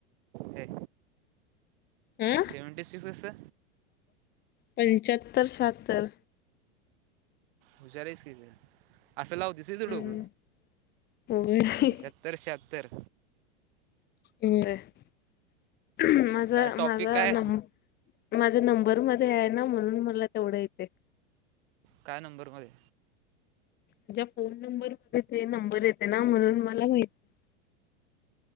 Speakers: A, on the right; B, on the left.
A: ते?
B: अ
A: सेवनटी फिकस असा
B: पंच्याहत्तर, सत्तर
A: हुशार हायिस की ग. आसं लावतीस होय तुझ
B: हम्म
A: डोक.
B: होय.
A: पंच्याहत्तर, शहात्तर
B: हम् माझा
A: काय टॉपिक
B: माझा
A: काय
B: नं माझा बर मध्ये हाये ना, म्हणून मला तेवढं येतय.
A: काय नंबर मध्ये?
B: माझ्या फोन नंबर मध्ये, ते नंबर येते ना म्हणून मला माहिती. <inaudible>